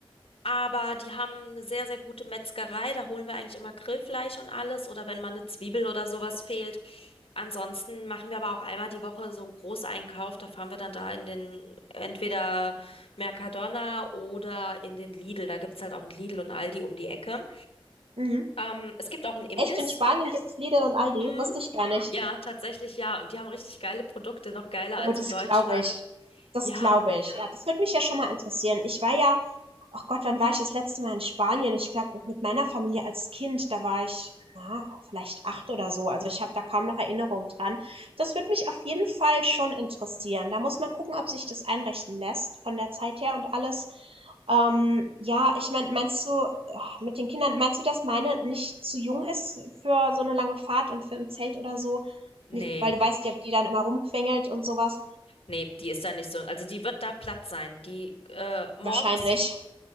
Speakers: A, on the left; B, on the right.
A: aber die haben eine sehr, sehr gute Metzgerei. Da holen wir eigentlich immer Grillfleisch und alles oder wenn mal eine Zwiebel oder sowas fehlt. Ansonsten machen wir aber auch einmal die Woche so einen Großeinkauf. Da fahren wir dann da in den entweder Mercadona oder in den Lidl. Da gibt's halt auch einen Lidl und Aldi um die Ecke.
B: Mhm.
A: Ähm, es gibt auch einen Imbiss.
B: Echt, in Spanien gibt's Lidl und Aldi?
A: Mm.
B: Wusste ich gar nicht.
A: Ja, tatsächlich ja. Und die haben richtig geile Produkte, noch geiler
B: Oh,
A: als
B: das
A: in Deutschland.
B: glaube ich. Das
A: Ja,
B: glaube ich. Ja, das würde mich ja schon mal interessieren. Ich war ja, ach Gott, wann war ich das letzte Mal in Spanien? Ich glaube, mit meiner Familie als Kind, da war ich, na, vielleicht acht oder so. Also ich habe da kaum noch Erinnerung dran. Das würde mich auf jeden Fall schon interessieren. Da muss man gucken, ob sich das einrichten lässt von der Zeit her und alles. Ähm, ja, ich meine, meinst du, ach, mit den Kindern, meinst du, dass meine nicht zu jung ist für so eine lange Fahrt und für im Zelt oder so?
A: nee,
B: Nee, weil du weißt ja, wie die dann immer rumquengelt und sowas.
A: nee, die ist da nicht so. Also die wird da platt sein. Die äh, morgens,
B: Wahrscheinlich.